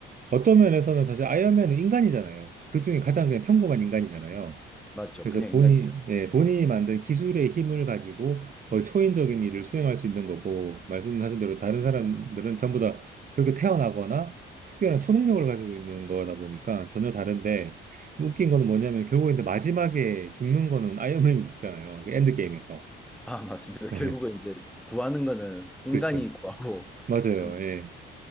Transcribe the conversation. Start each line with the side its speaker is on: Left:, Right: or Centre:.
Right: 어떤 면에서는 사실 아이언맨은 인간이잖아요. 그중에 가장 그냥 평범한 인간이잖아요.
Centre: 맞죠?
Right: 그래서
Centre: 그냥
Right: 본인,
Centre: 인간이죠.
Right: 예, 본인이 만든 기술의 힘을 가지고 거의 초인적인 일을 수행할 수 있는 거고, 말씀하신 대로 다른 사람들은 전부 다 그렇게 태어나거나 특별한 초능력을 가지고 있는 거다 보니까 전혀 다른데, 웃긴 거는 뭐냐면 결국에 마지막에 죽는 거는 아이언맨이 <laughs> 죽잖아요. 그 엔드게임에서.
Centre: 아, 맞습니다. <laughs> 결국은
Right: <laughs>
Centre: 이제 구하는 거는 인간이
Right: 그렇죠.
Centre: 구하고
Right: 맞아요.
Centre: <laughs> 끝나
Right: 예.